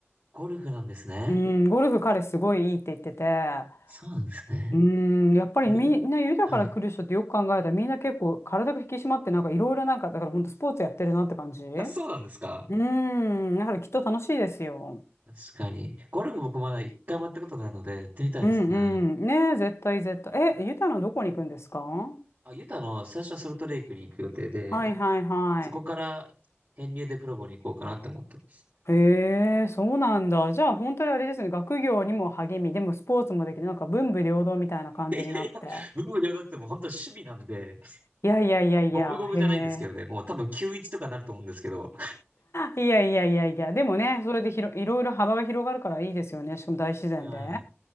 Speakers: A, on the right; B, on the left.
A: ゴルフなんですね。
B: うん、ゴルフ彼すごいいいって言ってて、
A: そうなんですね。
B: うーん、やっぱりみんな豊から来る人ってよく考えたらみんな結構体が引き締まってなんかいろいろなんかだから本当スポーツやってるなって感じう
A: 自分、はい。あ、そうなんですか。
B: ーん、だからきっと楽しいですよ。
A: 確かに。ゴルフ僕まだ一回もやったことないので、やってみたいですね。
B: うんうん。ねえ、絶対絶対。え、ゆたのどこに行くんですかは
A: あ、ユタの最初はソルトレイクに行く予定で、
B: いはいは
A: そこから編入でプロボに行こうかなって思ってます。
B: い。へえ、そうなんだ。じゃあ本当にあれですね、学業にも励み、でもスポーツもできる、なんか文武両道みたいな感じになって。
A: いやいや、<laughs> 文武両道ってもう本当趣味なんで、
B: いやいやいやいや、
A: 五分五分じゃないんですけどね、
B: へえ。
A: もう多分9-1とかなると思うんですけど。
B: いやいやいやいや、でもね、それでひろ、いろいろ幅が広がるからいいですよね。しかも大自然で。
A: はい。